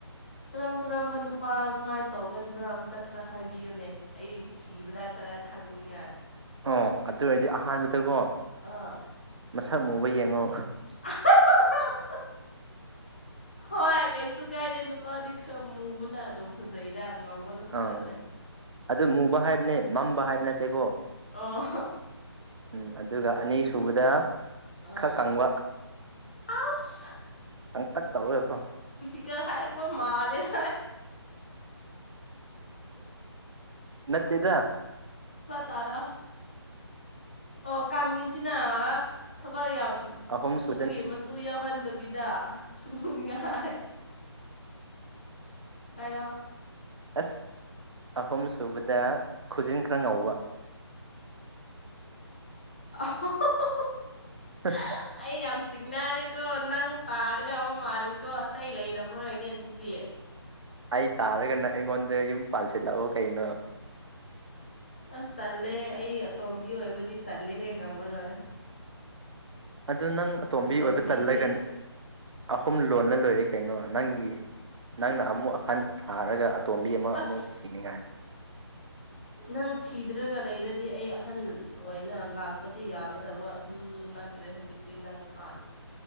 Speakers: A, on the left; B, on the right.
A: ꯀꯔꯝ ꯀꯔꯝꯕ ꯅꯨꯄꯥ ꯁꯨꯃꯥꯏꯅ ꯇꯧꯒꯟꯕ꯭ꯔꯥ ꯑꯝꯇ ꯈꯔ ꯍꯥꯏꯕꯤꯌꯨꯅꯦ ꯑꯩ ꯊꯤꯕꯗ ꯈꯔ ꯊꯥꯡꯨꯉꯌꯥ
B: ꯑꯣ ꯑꯗꯨ ꯑꯣꯏꯔꯗꯤ ꯑꯍꯥꯟꯕꯗꯀꯣ
A: ꯑꯣ
B: ꯃꯁꯛ ꯃꯨꯕ ꯌꯦꯡꯉꯣ
A: <unintelligible> ꯍꯣꯏ ꯀꯩꯁꯨ ꯀꯥꯏꯗꯦ ꯅꯨꯄꯥꯗꯤ ꯈꯔ ꯃꯨꯕꯅ ꯑꯗꯨꯝ ꯐꯖꯩꯗ ꯉꯥꯎꯃꯜꯂꯁꯨ
B: ꯑꯥ
A: ꯇꯜꯂꯦ
B: ꯑꯗꯨ ꯃꯨꯕ ꯍꯥꯏꯕꯅꯦ ꯃꯝꯕ ꯍꯥꯏꯕ ꯅꯠꯇꯦꯀꯣ
A: ꯑꯣ
B: ꯎꯝ ꯑꯗꯨꯒ ꯑꯅꯤꯁꯨꯨꯕꯗ
A: ꯑꯥ
B: ꯈꯔ ꯀꯪꯕ
A: ꯑꯁ
B: ꯀꯪꯇꯛ ꯇꯧꯔꯣꯏꯀꯣ
A: ꯏꯒꯔ ꯍꯔꯦꯒꯣ ꯃꯥꯂꯦꯔꯦ
B: ꯅꯠꯇꯗ
A: ꯇꯔꯥ ꯑꯣ ꯀꯥꯡꯉꯤꯁꯤꯅ ꯊꯕꯛ ꯌꯥꯝ
B: ꯑꯍꯨꯝ
A: ꯁꯨꯕꯒꯤ
B: ꯁꯨꯗꯅ
A: ꯃꯇꯨ ꯌꯥꯎ ꯍꯟꯗꯕꯤꯗ ꯁꯨꯅꯤꯡꯉꯥꯏ ꯍꯥꯏꯔꯣ
B: ꯑꯥꯁ ꯑꯍꯨꯝ ꯁꯨꯕꯗ ꯈꯨꯖꯤꯟ ꯈꯔ ꯉꯧꯕ <unintelligible>
A: <unintelligible>
B: <inaudible>
A: ꯑꯩ ꯌꯥꯝ ꯆꯤꯡꯅꯔꯦꯀꯣ ꯅꯪ ꯇꯥꯒꯗꯕ ꯃꯥꯜꯂꯤꯀꯣ ꯑꯇꯩ ꯂꯩꯔꯝꯃꯔꯣꯏꯅꯦ ꯑꯗꯨꯗꯤ
B: ꯑꯩ ꯇꯥꯔꯥꯒꯅ ꯑꯩꯉꯣꯟꯗ ꯌꯨꯝ ꯄꯥꯟꯜꯁꯤꯜꯂꯛꯑꯣ ꯀꯩꯅꯣ
A: ꯑꯥꯁ ꯇꯜꯂꯦ ꯑꯩ ꯑꯇꯣꯝꯕꯤ ꯑꯣꯏꯕꯨꯗꯤ ꯇꯜꯂꯦ ꯍꯦꯉꯝꯃꯔꯣꯏ
B: ꯑꯗꯨ ꯅꯪ ꯑꯇꯣꯝꯕꯤ
A: ꯑꯇꯣꯝꯕꯤꯗꯤ
B: ꯑꯣꯏꯕ ꯇꯜꯂꯒ ꯑꯍꯨꯝ ꯂ ꯂꯣꯜꯂ ꯂꯣꯏꯔꯦ ꯀꯩꯅꯣ ꯅꯪꯒꯤ ꯅꯪꯅ ꯑꯃꯨꯛ ꯑꯍꯟ ꯁꯥꯔꯒ ꯇꯣꯝꯕꯤ ꯑꯃꯃꯨꯛ
A: ꯑꯁ
B: ꯊꯤꯅꯤꯡꯉꯥꯏ
A: ꯅꯪ ꯊꯤꯗ꯭ꯔꯒ ꯂꯩꯔꯗꯤ ꯑꯩ ꯑꯍꯟ ꯑꯣꯏꯅ ꯂꯥꯛꯄꯗꯤ ꯌꯥꯒꯗꯕ ꯑꯗꯨꯁꯨ ꯅꯠꯇ꯭ꯔꯦ ꯍꯧꯖꯤꯛꯇꯤ ꯅꯪ ꯍꯥꯟꯅ